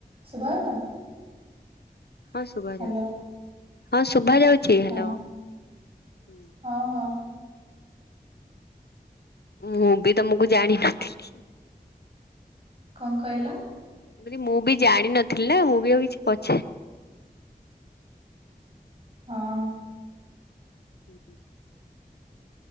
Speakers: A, on the right; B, on the left.
A: ଶୁଭାଗଲା?
B: ହଁ ଶୁଭା
A: ହ୍ୟାଲୋ
B: ଯାଉଛି ହଁ ଶୁଭା ଯାଉଛି ହାଲୋ
A: ହଁ
B: ହୁଁ।
A: ହଁ ହଁ
B: ମୁଁ ବି ତମକୁ ଜାଣିନଥିଲି।
A: କଣ କଇଲ?
B: ମୁଁ କହିଲି ମୁଁ ବି ଜାଣିନଥିଲି ନା ମୁଁ ବି ଆଉ କିଛି ପଚାରି।
A: ହଁ।
B: ହୁଁ।